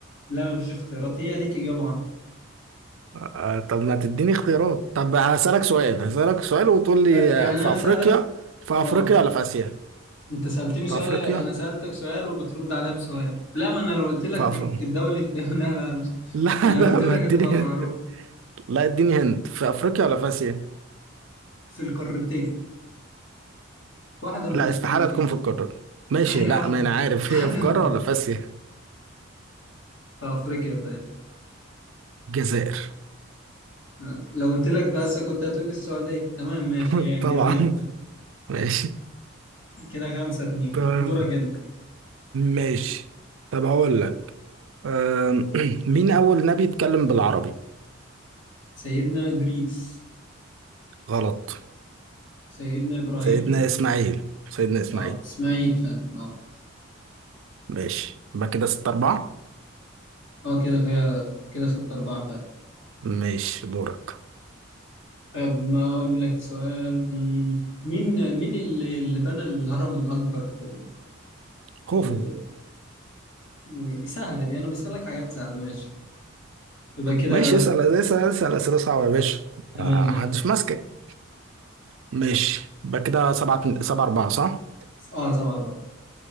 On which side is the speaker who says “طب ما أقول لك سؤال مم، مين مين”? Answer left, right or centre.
Left